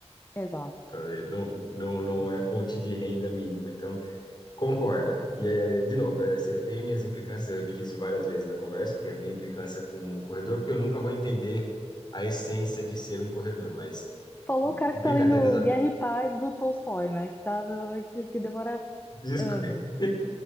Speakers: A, on the left; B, on the left.
A: Exato.
B: Tá, e Não, não, não é fonte de renda mínima, então concordo. E é, de novo, é, se- eu tenho minhas implicâncias, eu repeti isso várias vezes na conversa, que é a minha implicância com o corredor, porque eu nunca vou entender a essência de ser um corredor, mas
A: Falou
B: brincadeiras
A: o cara que tá lendo
B: à...
A: Guerra e Paz do Tolstói, né? Que, tá, que, que demora
B: Desculpe.
A: anos.
B: <laughs>